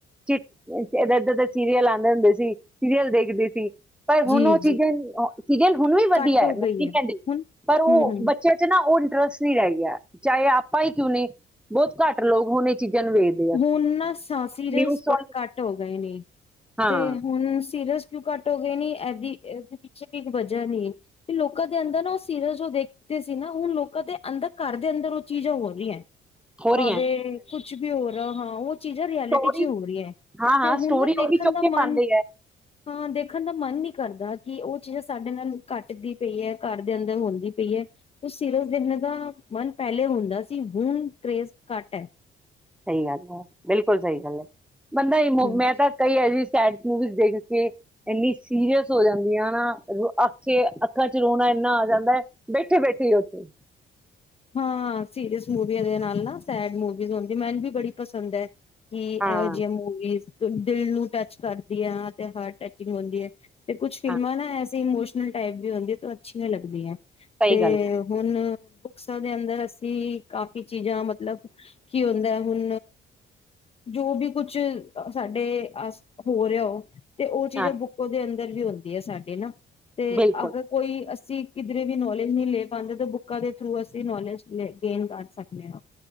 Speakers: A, in the centre; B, on the left.
A: ਚ ਇਦਾ-ਇਦਾ ਦੇ ਸੀਰੀਅਲ ਆਂਦੇ ਹੁੰਦੇ ਸੀ, ਸੀਰੀਅਲ ਦੇਖਦੇ ਸੀ। ਪਰ ਹੁਣ
B: ਜੀ
A: ਉਹ ਚੀਜ਼ਾਂ
B: ਜੀ
A: ਣ-ਓ ਸੀਰੀਅਲ ਹੁਣ ਵੀ ਵਧੀਆ
B: ਘੱਟ ਹੋ
A: ਹੈ ਮੈ
B: ਗਈ
A: ਨੀ ਕੈਂਦੀ,
B: ਹੁਣ
A: ਪਰ ਉਹ
B: ਹਮ ਹਮ
A: ਬੱਚਿਆਂ ਚ ਨਾ ਉਹ ਇੰਟਰਸਟ ਨੀ ਰਹਿ ਗਿਆ। ਚਾਹੇ ਆਪਾਂ ਹੀ ਕਿਉਂ ਨੀ, ਬਹੁਤ ਘੱਟ ਲੋਕ ਹੁਣ ਚੀਜ਼ਾਂ ਨੂੰ ਵੇਖਦੇ ਆ।
B: ਹੁਣ ਨਾ ਸਾ-ਸੀਰੀਅਲਸ
A: ਨਿਊ ਸੌਗ
B: ਬੜੇ ਘੱਟ ਹੋ ਗਏ ਨੇ,
A: ਹਾਂ
B: ਤੇ ਹੁਣ ਸੀਰੀਅਸ ਘੱਟ ਹੋ ਗਏ ਨੇ ਇਹਦੀ-ਇਹਦੇ ਪਿੱਛੇ ਵਜ੍ਹਾ ਵੀ ਏ, ਲੋਕਾਂ ਦੇ ਅੰਦਰ ਨਾ ਉਹ ਸੀਰੀਲ ਜੋ ਦੇਖਦੇ ਸੀ ਨਾ ਹੁਣ ਲੋਕਾਂ ਦੇ ਅੰਦਰ ਘਰ ਦੇ ਅੰਦਰ ਉਹ ਚੀਜ਼ਾਂ ਹੋ ਰਹੀਆਂ।
A: ਹੋ
B: ਭਾਵੇ
A: ਰਹੀ ਹੈ,
B: ਕੁਛ ਹਾਂ ਉਹ ਚੀਜ਼ਾਂ ਰਿਐਲਿਟੀ
A: ਸਟੋਰੀ
B: ਚ ਹੋ ਰਹੀ ਹੈ,
A: ਹਾਂ
B: ਤੇ
A: ਹਾਂ
B: ਹੁਣ
A: ਸਟੋਰੀ
B: ਨਾ ਦੇਖਣ
A: ਉਹੀ ਚੁੱਕ
B: ਦਾ
A: ਕੇ
B: ਮਨ
A: ਪਾਉਂਦੇ ਹੈ।
B: ਹਾਂ ਦੇਖਣ ਦਾ ਮਨ ਨਹੀਂ ਕਰਦਾ ਕਿ ਉਹ ਚੀਜ਼ਾਂ ਸਾਡੇ ਨਾਲ ਘੱਟਦੀ ਪਈ ਹੈ ਘਰ ਦੇ ਅੰਦਰ ਹੁੰਦੀ ਪਈ ਹੈ, ਉਹ <unintelligible> ਦਾ ਮਨ ਪਹਿਲੇ ਹੁੰਦਾ ਸੀ ਹੁਣ ਕਰੇਜ਼ ਘੱਟ ਹੈ।
A: ਸਹੀ ਗੱਲ ਹੈ, ਬਿਲਕੁਲ ਸਹੀ ਗੱਲ ਹੈ। ਬੰਦਾ ਇਮੋ,
B: ਹਮ
A: ਮੈਂ ਤਾਂ ਕਈ ਐਹੋ ਜੀ ਸੈਡ ਮੂਵੀਜ਼ ਦੇਖ ਕੇ ਇੰਨੀ ਸੀਰੀਅਸ ਹੋ ਜਾਂਦੀ ਨਾ ਅਖ ਚ-ਅੱਖਾਂ ਚ ਰੋਣਾ ਇੰਨਾ ਆ ਜਾਂਦਾ ਹੈ ਬੈਠੇ ਬੈਠੇ ਹੀ ਉੱਥੇ।
B: ਹਾਂ ਸੀਰਿਯਸ ਮੂਡ ਇਦੇ ਨਾਲ ਨਾ, ਸੈਡ ਮੂਵੀਜ਼ ਹੁੰਦੀ ਮੈਨ ਵੀ ਬੜੀ ਪਸੰਦ ਹੈ। ਕਿ ਇਹੋ
A: ਹਾਂ
B: ਜੀਆ ਮੂਵੀਜ਼ ਦਿਲ ਨੂੰ ਟੱਚ ਕਰਦੀਆ ਤੇ ਹਰਟ ਟਚਿੰਗ ਹੁੰਦੀ ਹੈ। ਤੇ ਕੁੱਛ ਫਿਲਮਾਂ
A: ਹਾਂ
B: ਨਾ ਐਸੀ ਇਮੋਸ਼ਨ ਟਾਈਪ ਦੀ ਹੁੰਦੀ ਤੇ ਉਹ ਅੱਛੀਆਂ ਲੱਗਦੀਆਂ।
A: ਸਹੀ
B: ਤੇ
A: ਗੱਲ ਹੈ
B: ਹੁਣ ਬੁੱਕਸਾਂ ਦੇ ਅੰਦਰ ਅਸੀਂ ਕਾਫੀ ਚੀਜ਼ਾਂ ਮਤਲਬ ਕੀ ਹੁੰਦਾ ਹੁਣ, ਜੋ ਵੀ ਕੁਛ ਅ-ਸਾਡੇ ਆਸ ਹੋ ਰਿਹਾ ਹੋ ਤੇ ਉਹ ਚੀਜ਼ਾਂ
A: ਹਾਂ
B: ਬੁੱਕਾ ਦੇ ਅੰਦਰ ਇਧਰ ਵੀ ਹੁੰਦੀ ਹੈ ਆ ਸਾਡੇ ਨਾ। ਤੇ
A: ਬਿਲਕੁਲ
B: ਅਗਰ ਕੋਈ ਅਸੀਂ ਕਿਧਰੇ ਵੀ ਨੌਲੇਜ ਨਹੀਂ ਲੈ ਪਾਂਦੇ ਤੇ ਬੁੱਕਾਂ ਦੇ ਥਰੂ ਅਸੀਂ ਨੌਲੇਜ ਲ-ਗੇਨ ਕਰ ਸਕਦੇ ਹਾਂ।